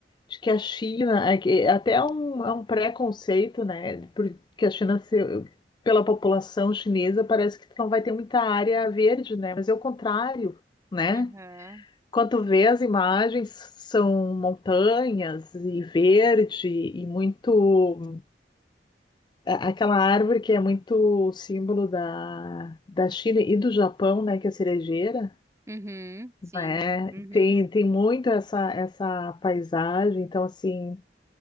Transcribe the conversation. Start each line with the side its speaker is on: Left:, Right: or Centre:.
Left: de que a China, é que- até é um, é um preconceito, né? Porque a China, se- pela população chinesa, parece que tu não vai ter muita área verde, né? Mas é o contrário, né?
Right: aham,
Left: Quando vê as imagens, são montanhas e verde e muito. a- Aquela árvore que é muito símbolo da, da China e do Japão, né? Que é a cerejeira,
Right: uhum, sim,
Left: né?
Right: uhum.
Left: Tem, tem muito essa, essa paisagem. Então, assim.